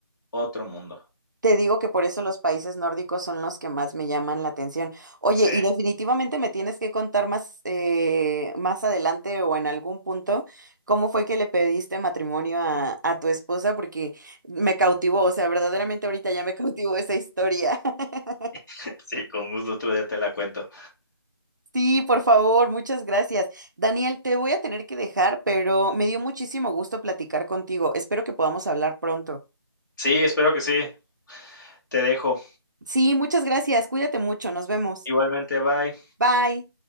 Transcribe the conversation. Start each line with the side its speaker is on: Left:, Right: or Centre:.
Left: Otro mundo.
Right: Te digo que por eso los países nórdicos son los que más me llaman la atención. Oye,
Left: Sí,
Right: y definitivamente me tienes que contar más, eh, más adelante o en algún punto cómo fue que le pediste matrimonio a, a tu esposa, porque me cautivó, o sea, verdaderamente ahorita ya me <laughs> cautivó esa historia. <laughs>
Left: <laughs> sí, con gusto otro día te la cuento.
Right: Sí, por favor, muchas gracias. Daniel, te voy a tener que dejar, pero me dio muchísimo gusto platicar contigo. Espero que podamos hablar pronto.
Left: Sí, espero que sí. Te dejo.
Right: Sí, muchas gracias. Cuídate mucho. Nos vemos.
Left: Igualmente, bye.
Right: Bye.